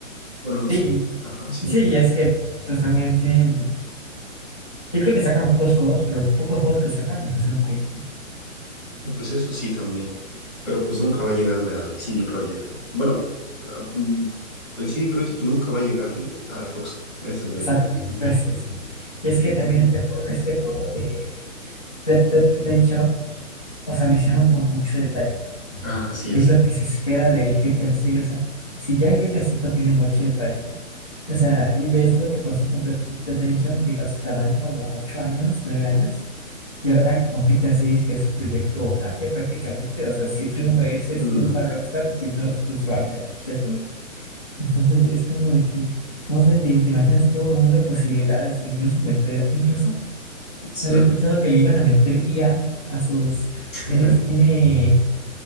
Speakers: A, in the centre; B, on the left.
A: Bueno, no
B: Sí,
A: sé. Ajá, sí.
B: Sí, y es que pues también tienen, yo creo que sacan pocos juegos, pero los pocos juegos que sacan los hacen muy
A: Pues eso sí también. Pero pues nunca va a llegarle al CD Projekt. Bueno, a- mm, el CD Projekt nunca va a llegarle a Rockstar. Esa es la diferencia.
B: exacto. Sí, sí, sí. Y es que también este juego, este juego de Red Dead Redemption, o sea, lo hicieron con mucho detalle.
A: Ah, así
B: Y
A: es.
B: es lo que se espera del G GTA seis o sea, si ya el G GTA cinco tiene mucho detalle, o sea, y ves lo que pasó con Red Dead Redemption, que igual se tardan como 8 años, 9 años, y ahora con G GTA 6 que es su proyecto grande prácticamente, o sea, si triunfa ese, es
A: Mm,
B: triunfa Rockstar, si no, pues valió, cheto. Entonces es como de que, no sé, te, te imaginas todo el mundo de posibilidades, incluso meter, incluso
A: es
B: había
A: la-
B: escuchado que le iban a meter i a a sus
A: <laughs>
B: n f N,